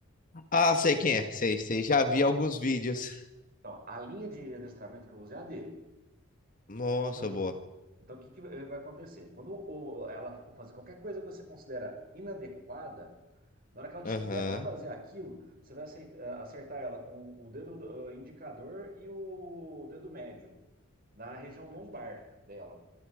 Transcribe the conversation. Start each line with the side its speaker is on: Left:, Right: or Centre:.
Left: Ah, sei quem é. Sei, sei. Já
Right: Então,
Left: vi alguns vídeos.
Right: então, a linha de adestramento que eu usei é a dele.
Left: Nossa,
Right: Então,
Left: boa.
Right: então, o que que vai acontecer? Quando o- ela for fazer qualquer coisa que você considera inadequada, na hora que ela tiver
Left: Aham,
Right: para fazer aquilo, você vai aceit- eh, acertar ela com o dedo eh, indicador e o dedo médio, na região lombar dela.